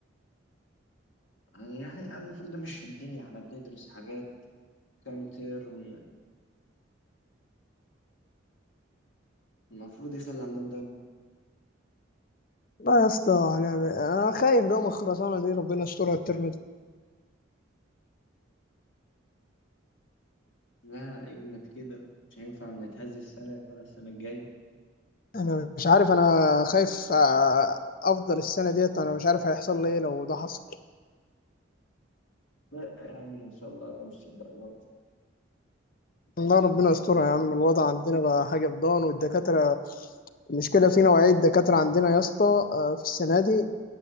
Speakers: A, on the left; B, on the left.
A: يعني يعني المفروض ده مش في الدنيا احنا بندرس حاجات كام ترم المفروض يخلي عندهم ده
B: لا يا اسطى انا انا خايف جو من الخرسانه دي ربنا يسترها الترم ده
A: لا اجمد كده مش هينفع نتهز السنة ولا السنة الجاية
B: انا مش عارف انا خايف آه، افضل السنه ديت انا مش عارف هيحصل لي ايه لو ده حصل
A: لا يا عم ان شاء الله لا مش الدرجات
B: الله ربنا يسترها يا عم الوضع عندنا بقى حاجه فضان والدكاتره المشكله في نوعيه دكاتره عندنا يا اسطى آه، في السنه دي